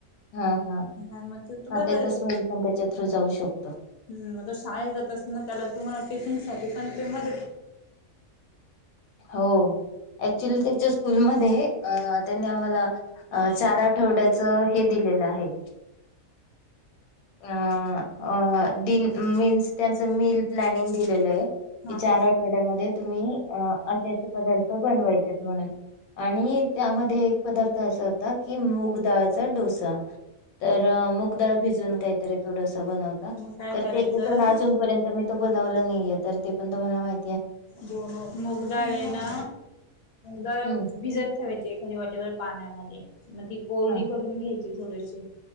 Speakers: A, on the left; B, on the left.
A: हा हा
B: नाही मग ते तू
A: हा
B: बरोबर
A: त्याचा स्मेल पण त्याच्या थ्रू जाऊ शकतो.
B: हम् तो शाळेत जात अस ना त्याला तुम्हाला टिफिन शॉपी पण तेे मध्ये
A: हो ऍक्च्युली त्याच्या स्कूलमध्ये अ त्यांनी मला चार आठवड्याच हे दिलेलं आहे. अ मीन्स त्यांचं मिल प्लॅनिंग दिलेलं आहे
B: हा
A: कि चार
B: हा
A: आठवड्यामध्ये तुम्ही अ असे असे पदार्थ बनवायचे म्हणून. आणि त्यामध्ये एक पदार्थ असा होता की मूगडाळचा डोसा. तर मुगदाळ भिजून काहीतरी तो डोसा बनवता.
B: मग काय
A: तर
B: करायचं
A: त्याच्यातून अजूनपर्यंत मी तो बनवलं नाहीये तर ते पण तुम्हाला माहि
B: दोन मुगदाळ आहे ना? दाळ
A: हम्म
B: भिजत ठेवायची एखादी वाटीभर पाण्यामध्ये मग ती कोरडी
A: हा
B: करून घ्यायची थोडीशी